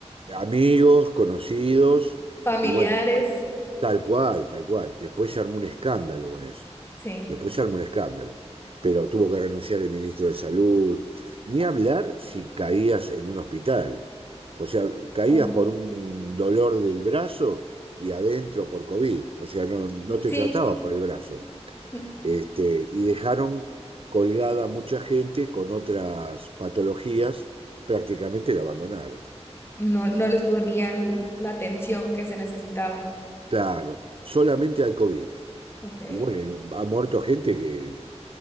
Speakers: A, on the right (about 55°); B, on the left (about 20°).
A: amigos, conocidos,
B: familiares.
A: y bueno, después, tal cual, tal cual. Después se armó un escándalo con eso.
B: Sí.
A: Después se armó un escándalo. Pero tuvo que renunciar el ministro de Salud. Ni hablar si caías en un hospital. O sea, caías
B: Ay.
A: por un dolor del brazo y adentro por COVID. O sea, no, no te
B: Sí,
A: trataba por el brazo.
B: n-
A: Este, y dejaron colgada a mucha gente con otras patologías, prácticamente la abandonaron.
B: no, no les ponían la atención que se necesitaba.
A: Claro, solamente al COVID.
B: Ok.
A: Y bueno, ha muerto gente que,